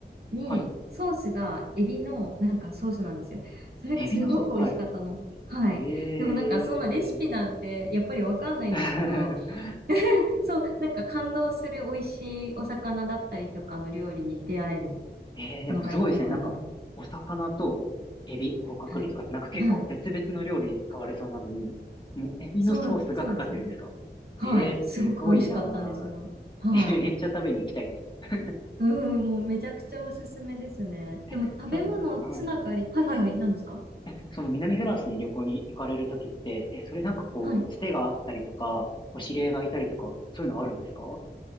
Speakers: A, on the right (about 60°); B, on the left (about 25°).
A: に、
B: はいは
A: ソースがエビのなんかソースなんですよ。それがすごく美味しかったの。
B: い。エビのソース、はいはい。
A: はい。
B: ええ
A: でもなんかそのレシピなんてやっぱりわかんないんですけど、
B: ー。<laughs>
A: <laughs> そう、なんか感動する美味しいお魚だったりとかの料理に出会える
B: ええでもすごいですね。
A: のがいいところだと思う。
B: なんか、お魚とエビ、甲殻類とかってなんか結構別々の料理に使われそうなのに、
A: はい。はい。
B: もうエビのソースがかかってるんですかええすごいなー。
A: そう、そうですね。はい。すごく美味しかったんですよ。はい。
B: えーめっちゃ食べに行きたいです。<laughs>
A: うん、もうめちゃくちゃおすすめですね。
B: え、
A: でも食べ物つながり、
B: その、はい。
A: はいはいはい、何ですか
B: え、その南フランスに旅行に行かれるときって、え、それなんかこう、
A: はい。
B: つてがあったりとか、お知り合いがいたりとか、そういうのあるんですか